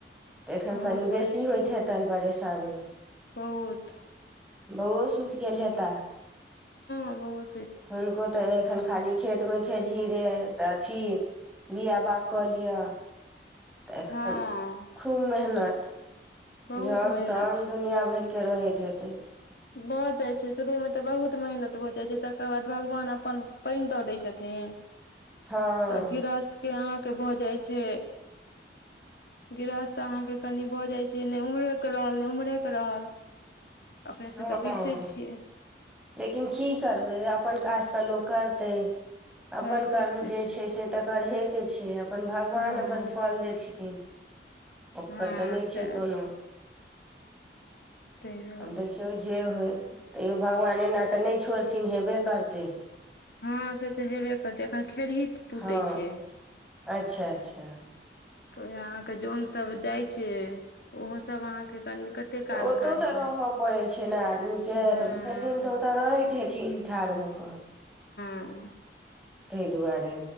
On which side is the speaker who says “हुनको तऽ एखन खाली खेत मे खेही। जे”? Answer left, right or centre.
Centre